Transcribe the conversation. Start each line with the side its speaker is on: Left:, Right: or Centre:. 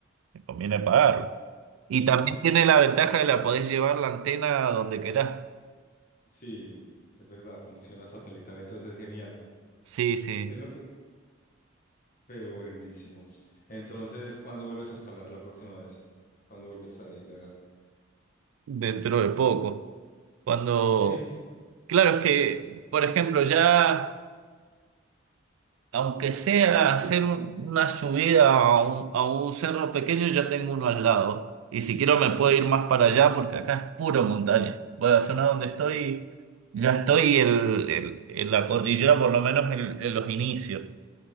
Right: te conviene pagarlo. Y
Left: Sí,
Right: también tiene la ventaja de la podés llevar la antena a donde querás.
Left: sí, es verdad, funciona satelital, entonces es genial.
Right: Sí, sí,
Left: Es lo que, Pero buenísimo. Entonces, ¿cuándo vuelves a escalar la próxima vez? ¿Cuándo vuelves a ir a...?
Right: dentro de poco. Cuando,
Left: Sí,
Right: claro, es que, por ejemplo, ya. aunque sea hacer un- una subida a un, a un cerro pequeño, ya tengo uno al lado. Y si quiero me puedo ir más para allá porque acá es puro montaña. Bueno, la zona donde estoy, ya estoy el- el- en la cordillera, por lo menos en, en los inicios.